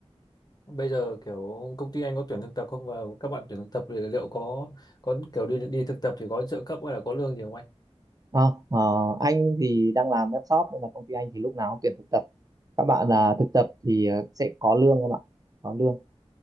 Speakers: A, on the left; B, on the right.
A: bây giờ kiểu công ty anh có tuyển thực tập không và các bạn tuyển thực tập thì liệu có có kiểu đi đi thực tập thì có trợ cấp hay là có lương gì không anh?
B: À, ờ, anh thì đang làm web shop nên là công ty anh thì lúc nào cũng tuyển thực tập. Các bạn là thực tập thì ờ, sẽ có lương không ạ? Có lương.